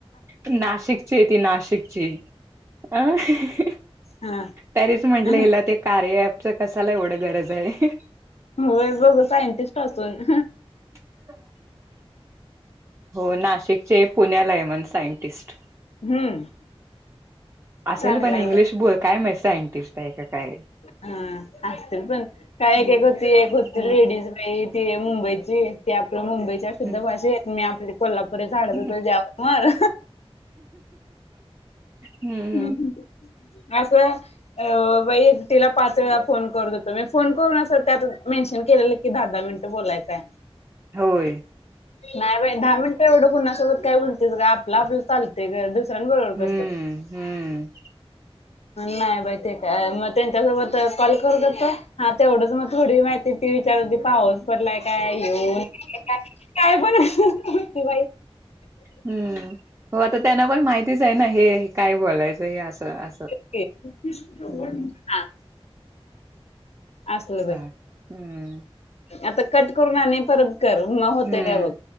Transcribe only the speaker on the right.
नाशिकची ये ती नाशिकची अं हा.
तरीच म्हंटलं
हिला ते कार्य अँपचं कसाला एवढं गरज आहे.
<inaudible> हो नाशिकचेय, पुण्याला आहे मण सायंटिस्ट.
असेल
पण इंग्लिश
बोल काय म्ह सायंटिस्ट आहे का काय?
हम्म
हम्म
हम्म
हम्म
हम्म
हम्म.
होय
हम्म
हम्म.
हम्म. हो आता त्यांना पण माहितीच आहे ना, हे काय बोलायचं हे असं असं.
हम्म.
चा
हम्म
हम्म